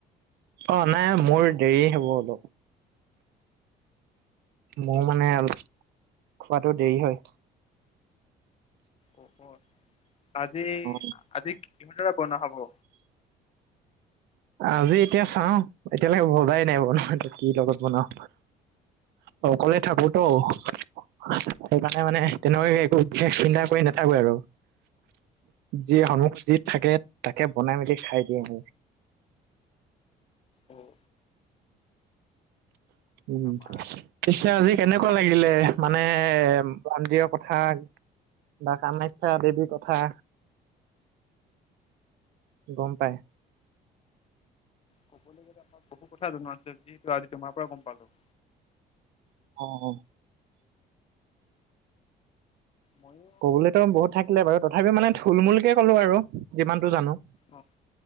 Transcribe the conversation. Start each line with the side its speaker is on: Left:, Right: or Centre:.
Right: অ', নাই মোৰ দেৰি হ'ব অলপ। মই মানে অলপ খোৱাটো দেৰি হয়।
Left: অ', আজি
Right: অ
Left: আজি কিমান দৰে বনোৱা হ'ব।
Right: আজি এতিয়া চাও এতিয়ালৈকে বনোৱাই নাই বনোৱাটো কি লগত বনাও। অকলে থাকোতো। সেইকাৰণে মানে তেনেকৈ একো বিশেষ চিন্তা কৰি নাথাকো আৰু। যি হ'ব যি থাকে থাকে তাকে বনাই মেলি খাই দিও আৰু।
Left: উম।
Right: উম,
Left: আমাৰ
Right: পিছে আজি কেনেকুৱা লাগিলে? মানে মন্দিৰৰ কথা বা কামাখ্যা দেৱীৰ কথা। গম পায়।
Left: ক'বলৈ গ'লে আমাক বহু কথা জনোৱা আছে যিহেতু আজি তোমাৰ পৰা গম পালো।
Right: অ', হয়।
Left: মইও।
Right: কবলৈতো বহুত থাকিলে বাৰু তথাপিও মানে থুলমূলকে ক'লো আৰু যিমানটো জানো।
Left: অ',